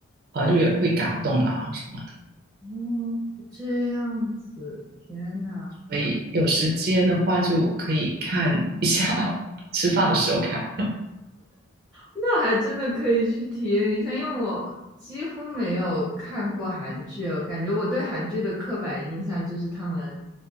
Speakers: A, on the right (about 45°); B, in the centre.
A: 啊就也会感动啊什么的，
B: 哦，这样子，天呐。
A: 所以有时间的话就可以看一下，<laughs> 吃饭的时候看
B: 那还真的可以去体验一下，因为我几乎没有看过韩剧哦，感觉我对韩剧的刻板印象就是他们，